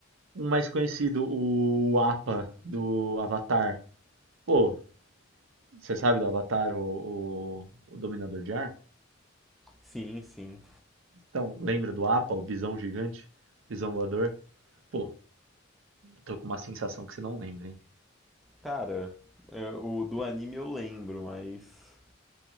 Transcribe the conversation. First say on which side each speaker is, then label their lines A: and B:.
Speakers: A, on the right; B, in the centre.
A: Um mais conhecido, o Appa do Avatar. Pô, você sabe do Avatar, o, o, o Dominador de Ar?
B: Sim, sim.
A: Então, lembra do Appa, o bisão gigante, bisão voador? Pô, Tô com uma sensação que você não lembra, hein?
B: Cara, é, o do anime eu lembro, mas.